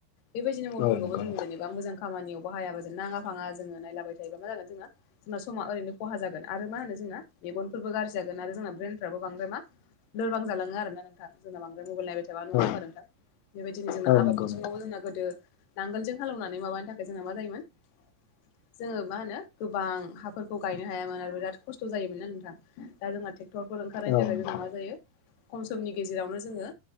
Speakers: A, on the left; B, on the left.
A: बेबायदिनो मलफोरखौबो
B: औ नंगौ
A: जों
B: नोंथां
A: जेनेबा मोजां खामानियाव बाहायाबा जों नाङा दफाङा जोङो नायलाबाय थायोबा मा जागोन जोंहा जोंना समा ओरैनो खहा जागोन आरो मा होनो जोंना मेगनफोरबो गाज्रि जागोन आरो जोंना ब्रेेनफ्राबो बांद्राय मा लोरबां जालाङो आरो ना नोंथां जोंना बांद्राय मबाइल नायबाय थाबा। नङा होमबा
B: औ
A: नोंथां? बेबायदिनो जोंना
B: औ
A: आबाद
B: नंगौ
A: बिथिङावबो
B: नोंथां
A: जोंना गोदो नांगोलजों हालौनानै माबानि थाखाय जोंना मा जायोमोन जोङो मा होनो गोबां हाफोरखौ गायनो हायामोन आरो बिराद खस्थ' जायोमोन ना नोंथां दा जोंहा डक्टरफोर ओंखारनायनि
B: औ
A: थाखाय
B: नोंथां
A: जोंना मा जायो खम समनि गेजेरावनो जोङो